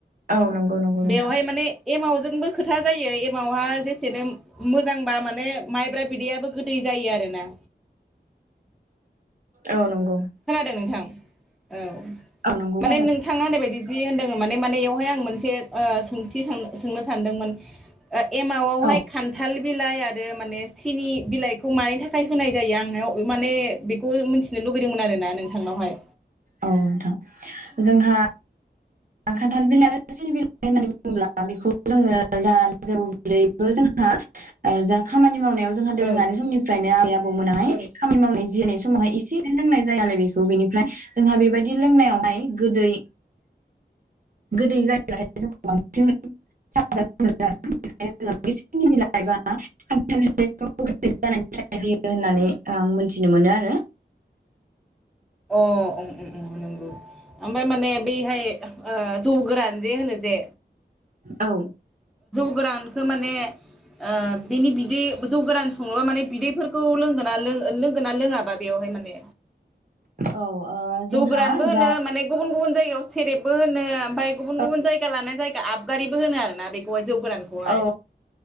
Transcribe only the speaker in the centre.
बेवहाय माने एमाव जोंबो खोथा जायो एमावहा जे एसेनो मोजांबा माने माइब्रा बिदैयाबो गोदै जायो आरोना
खोनादों नोंथां औ
माने नोंथाङा होननाय बायदि जि होनदों माने माने यियावहाय आं मोनसे सोंथि साननो सो सोंनो सानदोंमोन एमावआवहाय
खान्थाल बिलाइ आरो माने सिनि बिलाइखौ मानि थाखाय होनाय जायो आं माने बेखौ मिथिनो लुबै लुबैदोंमोन आरो ना नोंथांनावहाय
औ
अ ओम ओम नंगौ ओमफ्राय माने बैहाय जौ गोरान जे होनो जे
जौ गोरानखौ माने ओ बिनि बिदै जौ गोरान संङोबा माने बिदैफोरखौ लोंगोना लो लोंगोना लोङाबा बेवहाय माने
जौगोरानबो होनो
माने गुबुन गुबुन जायगायाव सेरेबबो होनो ओमफ्राय गुबुन
गुबुन जायगा लानाय जायगा आबगारि होनो आरोना बेखौहाय जौ गोरानखौहाय